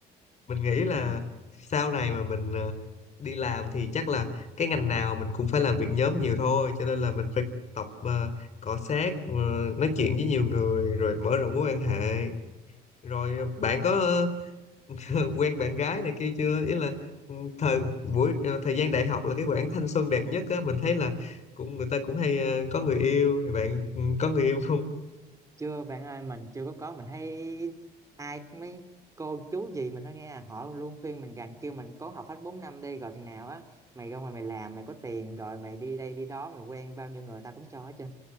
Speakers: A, on the left (about 45°); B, on the right (about 20°).
A: mình nghĩ là sau này mà mình ờ, đi làm thì chắc là cái ngành nào mình cũng phải làm việc nhóm nhiều thôi cho nên là mình phải tập ờ, cọ xát ờ, nói chuyện với nhiều người rồi mở rộng mối
B: đúng
A: quan
B: rồi
A: hệ rồi
B: đúng
A: ờ, bạn có ờ, <laughs> quen bạn gái này kia chưa ý là ừ, thời buổi ờ, thời gian đại học là cái khoảng thanh xuân đẹp nhất á mình thấy là cũng người ta cũng hay ờ, có người yêu thì bạn ừ, có người yêu không
B: chưa bạn ơi mình chưa có có mình thấy ai mấy cô chú gì mình nói nghe à, họ luôn khuyên mình rằng kêu mình cố học hết 4 năm đi rồi chừng nào á mày ra ngoài mày làm mày có tiền rồi mày đi đây đi đó mày quen bao nhiêu người ta cũng cho hết trơn